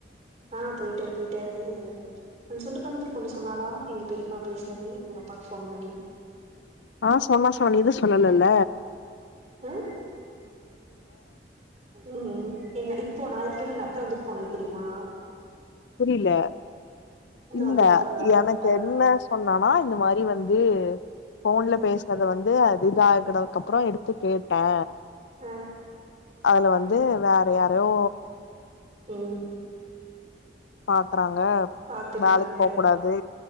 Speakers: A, on the right; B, on the left.
A: ஆ போய்ட்டாரு போய்ட்டாரு அந்த சொண்டக்காமத்தூர் பொண்ணு சொன்னாலா எங்க பெரிம்மா பேசுனது எங்க அப்பாக்கு ஃபோன் பண்ணி
B: ஆ சொன்ன சொன்னா நீதா சொல்லல
A: ஆ ம் போன ஞாயித்துக்கெழம எங்க அத்த வந்துட்டு போனது தெரிமா
B: புரில இல்ல
A: வந்துட்டு போனாங்க
B: எனக்கு
A: அது
B: என்ன சொன்னானா இந்த மாரி வந் து ஃபோன்ல
A: ஆ
B: பேசுனத வந்து இதாகன கப்புறோ எடுத்து கேட்டே
A: ஆ
B: அதுல வந்து வேற யாரயோ
A: ம்
B: பாத்தே நாங்க
A: பாத்துருக்காங்க
B: வேலைக்கு போ கூடாது